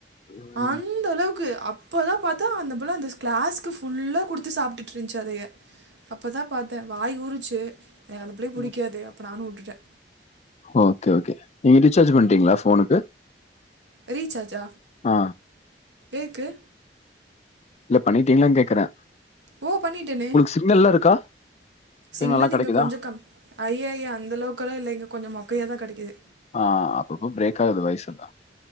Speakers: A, on the left (about 40°); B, on the right (about 85°).
A: ம்,
B: அந்த அளவுக்கு அப் இப்போதா பாத்தா அந்த புள்ள அந்த கிளாஸ்க்கு ஃபுல்லா குடுத்து சாப்டுட்ருந்துச்சு அதையே அப்பதா பாத்தே வாய் ஊறிச்சு எனக்கு அந்த புள்ள புடிக்காது
A: ம்.
B: அப்ப நானுவுட்டுட்டே
A: ஓகே ஓகே நீங்க ரீசார்ஜ் பண்ணிட்டீங்ளா ஃபோனுக்கு
B: ரீச்சார்ஜா
A: ஆ
B: எதுக்கு
A: இல்ல பண்ணிட்டீங்களானு கேக்குறே
B: ஓ பண்ணிட்டேனே
A: சிக்னல்லா இருக்கா
B: சிக்னல்
A: நல்லா கிடைக்குதா
B: இங்கே கொஞ்சோ கம் அய்யய்ய அந்தளவுக்கெல்லா இல்ல கொஞ்சோ மொக்கையாக தா கெடைக்குது
A: ஆ அப்பப்ப பிரேக் ஆகுது வாய்ஸ்செல்லா